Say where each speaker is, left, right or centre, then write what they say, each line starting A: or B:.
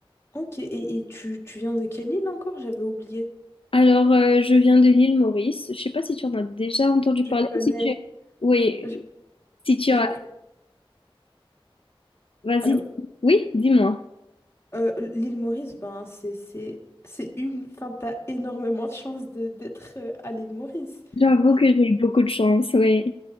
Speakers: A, on the left; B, on the left.
A: Ok, et, et tu, tu viens de quelle île encore? J'avais oublié.
B: Alors, euh, je viens de l'île Maurice. Je ne sais pas si tu en as déjà entendu
A: Je
B: parler.
A: connais.
B: ou Si tu... Oui,
A: Je,
B: si tu
A: je
B: as...
A: connais.
B: Vas-y.
A: Allô?
B: Oui, dis-moi.
A: Euh, l'île Maurice, ben, c'est, c'est, c'est une. Enfin, t'as énormément de chance de, d'être euh, à l'île Maurice.
B: J'avoue que j'ai eu beaucoup de chance, oui.